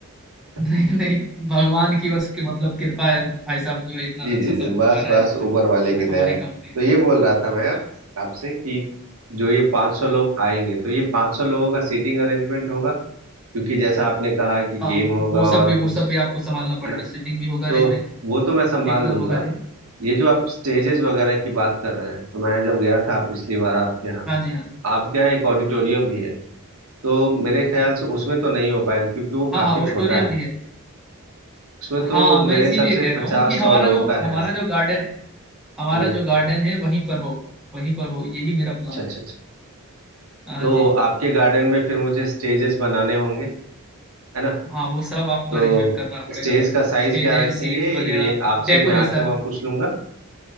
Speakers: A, in the centre; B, on the right (about 75°).
A: नहीं
B: <laughs>
A: नहीं भगवान की बस के मतलब कृपा है भाई साहब जो है इतना
B: जी
A: अच्छा
B: जी
A: सब
B: जी
A: हो
B: बस
A: पा रहा
B: बस
A: है अभी
B: ऊपर
A: तक
B: वाले
A: हमारा
B: की दया
A: हमारी
B: है
A: कंपनी इतना
B: तो ये
A: अच्छा
B: बोल रहा था मैं
A: हाँ जी सर
B: आपसे कि जो ये 500 लोग आएंगे तो ये 500 लोगों का सीटिंग अरेंजमेंट होगा क्योंकि जैसा आपने कहा कि
A: हाँ
B: गेम होगा
A: वो सब
B: और
A: भी वो
B: कुछ
A: सब भी आपको संभालना पड़ेगा
B: है ना
A: सीटिंग भी होगा अरेंजमेंट
B: तो वो तो मैं संभाल
A: एकदम
B: लूंगा
A: होगा जी
B: ये जो आप स्टेजेस वगैरह की बात कर रहे हैं तो मैं जब गया था पिछली बार आपके यहाँ
A: हाँ जी हाँ
B: आपके यहाँ एक ऑडिटोरियम भी है तो मेरे ख्याल से उसमें तो नहीं हो पाएगा क्योंकि वो
A: हाँ
B: काफी
A: हाँ ऑडिटोरियम
B: छोटा है
A: भी है
B: उसमें तो
A: हाँ मैं
B: मेरे
A: इसीलिए
B: हिसाब से
A: कह रहा
B: पचास
A: हूँ कि हमारा
B: सौ लोगों
A: जो
B: का
A: हमारा
B: है
A: जो गार्डन है हमारा
B: जी
A: जो गार्डन है वहीं पर हो वहीं पर हो यही मेरा प्लान
B: अच्छा अच्छा
A: है
B: अच्छा।
A: हाँ
B: तो
A: जी
B: आपके गार्डन में फिर मुझे स्टेजेस बनाने होंगे है ना
A: हाँ वो सब आपको
B: तो
A: अरेंजमेंट करना पड़ेगा
B: स्टेज का साइज
A: स्टेजेस
B: क्या रखेंगे
A: सीट्स वगैरह
B: ये आपसे
A: डेकोरेशन
B: मैं आके वहाँ पूछ लूंगा